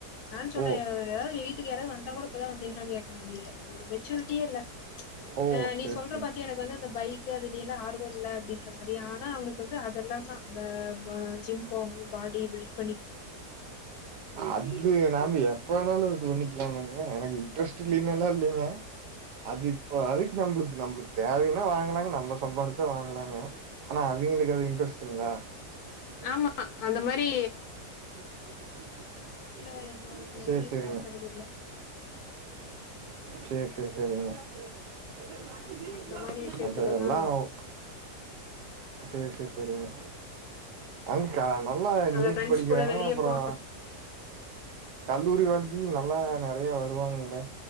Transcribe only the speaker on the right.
ஓ
ஓ
சேரி
சேரி
அது நாம் ஏ எப்பனாலு தோண்ணிக்கிலாமாக்க எனக்கு இன்ட்ரெஸ்ட் இல்லேனாலா இல்லங்க அது இப்ப அதுக் நம்ளுக்கு நம்ளுக்கு தேவையோ அ வாங்கலாங்க நம்ம சம்பாரிச்சா வாங்கலாங்க ஆனா அதுங்களுக்கு அது இன்ட்ரெஸ்டிங்ளா எங்க இருக்கான்னு
பாத்துட்டு
வா
அப்பறமா சொல் ஒரு பொய் சொல்லி அது
சேரி சேரிங்க
சேர் சேர் சேரிங்க அது
அது எல்லாவு சேர் சேர் சேரிங்க அம் கா நல்லா
நீட்டு
படிக்கிறாங்க
அப்ரோ
கல்லூரி வாழ்க்கையு நல்லா நெறய வருவாங்கள